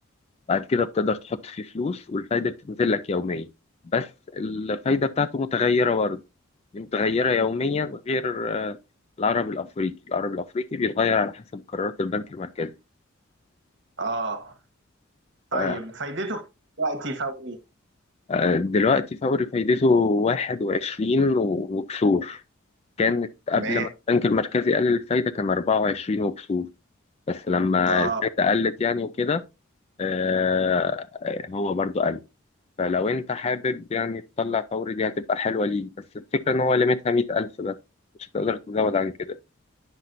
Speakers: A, on the left; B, on the right.
A: بعد كده بتقدر تحط فيه فلوس والفايدة بتنزل لك يوميا بس الفايدة بتاعته متغيرة برضه متغيرة يوميا غير آه، العربي الأفريقي العربي الأفريقي بيتغير على حسب قرارات البنك المركزي
B: اه
A: ف-
B: طيب فايدته دلوقتي فوري
A: آه، دلوقتي فوري فايدته 21 و- وكسور كانت قبل
B: تمام
A: ما البنك المركزي قلل الفايدة كان 24 وكسور بس لما
B: اه
A: الفايدة قلت يعني وكده آه، هو برضو قال فلو انت حابب يعني تطلع فوري دي هتبقى حلوة ليك بس الفكرة ان هو ليميتها مية ألف بس مش هتقدر تزود عن كده